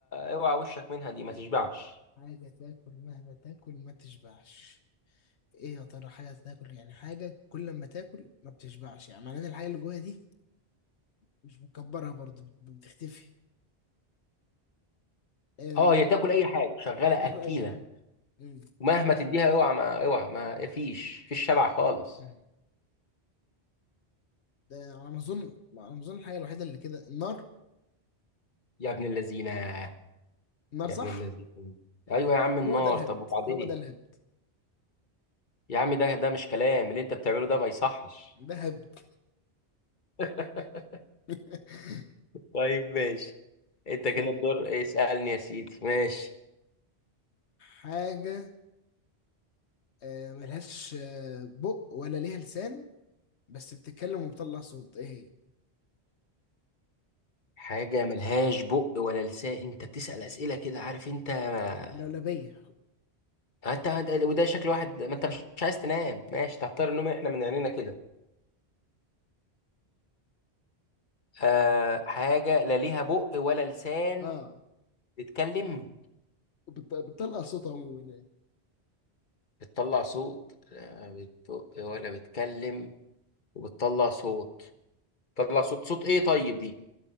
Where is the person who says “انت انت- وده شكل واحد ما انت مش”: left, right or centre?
Left